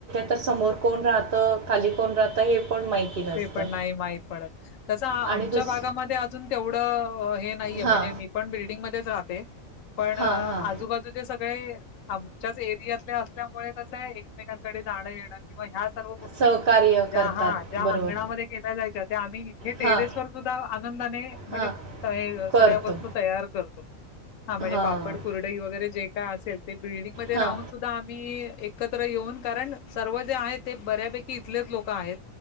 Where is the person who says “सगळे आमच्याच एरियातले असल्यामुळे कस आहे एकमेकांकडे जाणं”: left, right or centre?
Left